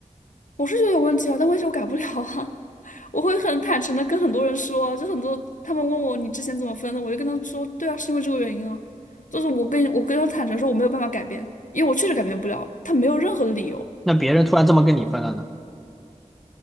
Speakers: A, on the left; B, in the centre.
A: 我是觉得有问题啊，但问题我改不了啊，<laughs> 我会很坦诚的跟很多人说啊，就很多他们问我你之前怎么分的，我就跟他们说，对啊，是因为这个原因啊，就是我跟我跟他坦诚说我没有办法改变，因为我确实改变不了，他没有任何的理由。
B: 那别人突然这么跟你分了呢？